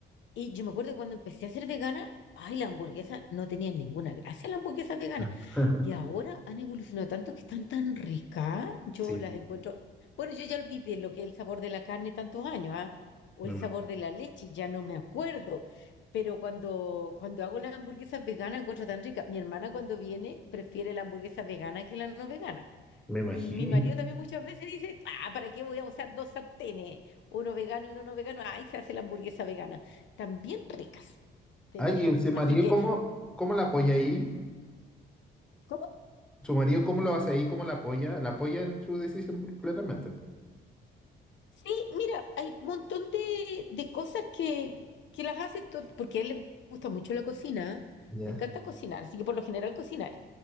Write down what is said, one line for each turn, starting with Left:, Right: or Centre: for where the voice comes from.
Left: Y yo me acuerdo que cuando empecé a ser vegana, ay, las hamburguesas no tenían ninguna gracia, las hamburguesas veganas.
Centre: <laughs>
Left: Y ahora han evolucionado tanto que están tan ricas. Yo
Centre: sí,
Left: las encuentro. Bueno, yo ya olvidé lo que es el sabor de la carne tantos años, ¿ah? O
Centre: me,
Left: el
Centre: ima-
Left: sabor de la leche, ya no me acuerdo. Pero cuando, cuando hago las hamburguesas veganas, encuentro tan ricas. Mi hermana cuando viene prefiere la hamburguesa vegana que la no vegana.
Centre: me imagino.
Left: Y mi marido también muchas veces dice, ah, ¿para qué voy a usar dos sartenes? Uno vegano y uno no vegano. Ahí se hace la hamburguesa vegana. También ricas, te
Centre: Ay,
Left: diré.
Centre: y usted, María,
Left: Así que,
Centre: ¿cómo, cómo la apoya ahí?
Left: ¿cómo?
Centre: Su marido, ¿cómo lo hace ahí? ¿Cómo la apoya? La apoya en su decisión, pues, claramente. pues.
Left: Sí, mira, hay un montón de, de cosas que, que las hace, to- porque a él le gusta mucho la cocina, ¿eh?
Centre: Ya.
Left: le encanta cocinar, así que por lo general cocinar.